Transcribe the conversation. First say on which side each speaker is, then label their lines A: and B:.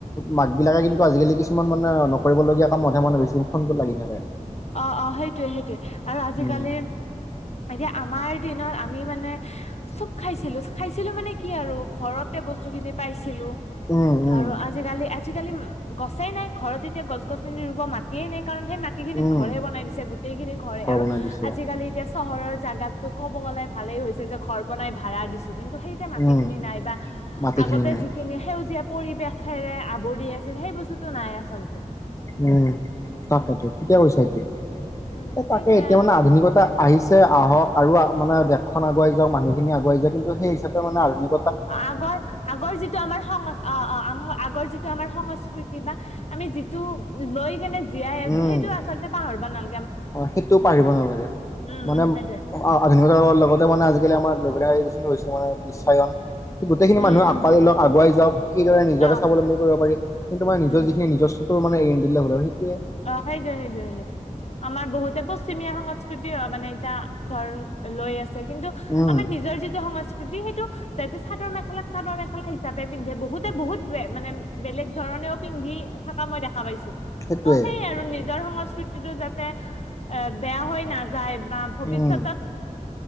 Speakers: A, on the left; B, on the left.
A: মাক বিলাকে কিন্তু আজিকালি কিছুমান মানে নকৰিবলগীয়া কামতহে মানে বেছি <unintelligible> থাকে
B: অ অ সেইটোৱে সেইটোৱে আৰু আজিকালি
A: উম
B: এতিয়া আমাৰ দিনত আমি মানে চব খাইছিলো খাইছিলো মানে কি আৰু ঘৰতে বস্তু খিনি পাইছিলো।
A: উম উম
B: আৰু আজিকালি আজিকালি গছেই নাই ঘৰত এতিয়া গছ গছনি ৰুব মাটিয়ে নাই। কাৰণ সেই মাটি খিনিত
A: উম
B: ঘৰে বনাই দিছে গোটেই খিনি ঘৰে
A: ঘৰ
B: আৰু
A: বনাই দিছে
B: আজিকালি। এতিয়া চহৰৰ জাগাত ক'ব গ'লে ভালেই হৈছে যে ঘৰ বনাই ভাড়া দিছো কিন্তু সেই যে মাটিখিনি
A: উম
B: নাই বা
A: মাটিখিনি
B: আগতে
A: নাই
B: যিখিনি সেউজীয়া পৰিৱেশেৰে আৱৰি আছিল সেই বস্তুতটো নাই আচলতে <unintelligible>
A: উম তাকেতো
B: উম
A: ঠিকে কৈছা এইটো
B: উম
A: এ
B: সেইটোয়ে
A: তাকে এতিয়া
B: আৰু
A: মানে আধুনিকতা আহিছে আহক আৰু মানে দেশখন আগুৱাই যাওক মানুহখিনি আগুৱাই যাওক। কিন্তু সেই হিচাপে মানে আধুনিক
B: অ আগৰ আগৰ যিটো আমাৰ সং অ অ আ আগৰ যিটো আমাৰ সংস্কৃতি বা আমি যিটো লৈ কেনে জীয়াই আছো
A: উম
B: সেইটো আচলতে পাহাৰব নাল
A: অ সেইটোও পহৰিব নালাগে।
B: উম
A: মানে
B: উম সেইটোয়ে
A: আধুনিকতাৰ লগতে মানে আজিকালি আমাৰ লৈ <unintelligible> ে বিশ্বায়ন স গোটেইখিনি
B: উম
A: মানুহ
B: উম
A: আকোৱালী লওক আগুৱাই যাওক <unintelligible> কিদৰে নিজকে
B: অ
A: স্বলম্বী কৰিব পাৰি কিমাৰ
B: উম
A: নিজৰ যিখিন নিজস্বৰ মানে ঐৰি নিদিলে হল আৰু দেই <unintelligible>
B: অ সেইটোৱেই সেইটোৱেই সেইটোৱেই <unintelligible> আমাৰ বহুতে পশ্চিমীয়া সংস্কৃতি মানে এতিয়া ধৰ লৈ আছে কিন্তু
A: উম
B: আমাৰ নিজৰ যিটো সংস্কৃতি সেই যটো চাদৰ মেখেলাক চাদৰ মেখেলা হিচাপে পিন্ধে বহুতে বহুত ব মানে বেলেগ ধৰণেও পিন্ধ পিন্ধি থকা মই দেখা পাইছো
A: সেইটোৱে
B: ত সেই আৰু নিজৰ সংস্কৃতিতটো যাতে এ বেয়া হৈ না যায় বা ভৱিষ্যতত
A: উম